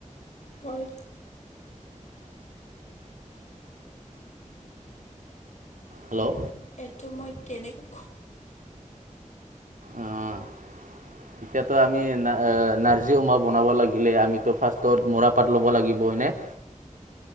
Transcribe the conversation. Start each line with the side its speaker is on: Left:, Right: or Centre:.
Left: হয়
Right: হেল্ল'
Left: এইটো মই কেনেকৈ
Right: আহ এতিয়াাতো আমি না নাৰ্জী উমা বনাব লাগিলে আমিতো ফাৰ্ষ্টত মৰা পাত ল'ব লাগিব বৈ নে